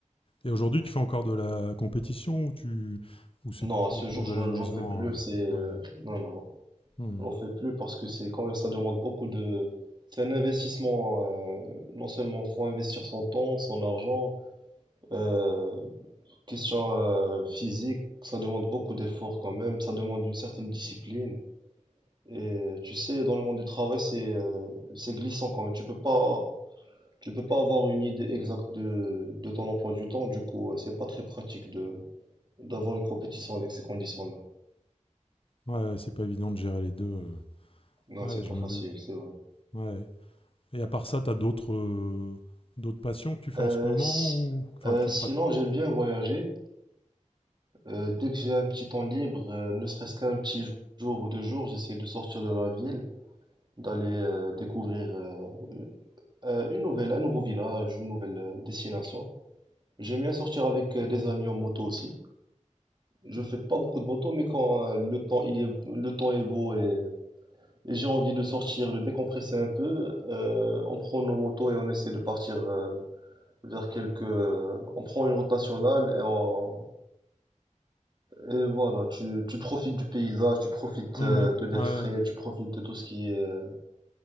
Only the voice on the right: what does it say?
Non,
à ce jour,
je-
j'en fais plus.
C'est, euh,
non, non, non,
j'en fais plus parce que c'est quand même, ça demande beaucoup de. C'est un investissement. euh, non seulement faut investir son temps, son argent. euh, question euh, physique, ça demande beaucoup d'efforts quand même. Ça demande une certaine discipline. Et tu sais, dans le monde du travail, c'est euh, c'est glissant quand même. Tu peux pas Tu peux pas avoir une idée exacte de, de ton emploi du temps, du coup, euh, c'est pas très pratique de d'avoir une compétition avec ces conditions-là.
Non, c'est
pas
facile,
c'est vrai.
Euh,
si-
euh,
sinon,
j'aime bien voyager. Euh, dès que j'ai un petit temps libre, euh, ne serait-ce qu'un petit jour ou deux jours, j'essaie de sortir de la ville, d'aller euh, découvrir euh, euh, une nouvelle, un nouveau village, une nouvelle euh, destination. J'aime bien sortir avec euh, des amis en moto aussi. Je fais pas beaucoup de moto, mais quand euh, le temps il est, le temps est beau et Et J'ai envie de sortir, de décompresser un peu. euh, on prend nos motos et on essaie de partir euh, vers quelques. euh, on prend une route nationale et on. Et voilà, tu, tu profites du paysage, tu profites
euh, de l'air
frais, tu profites de tout ce qui est euh,